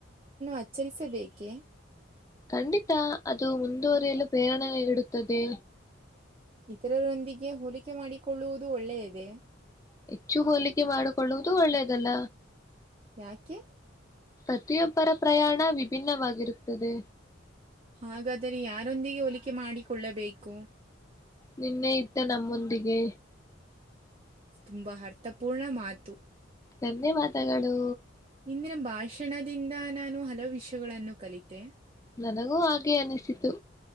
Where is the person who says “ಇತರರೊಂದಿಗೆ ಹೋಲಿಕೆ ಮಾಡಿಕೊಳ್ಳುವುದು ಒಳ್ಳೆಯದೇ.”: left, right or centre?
Right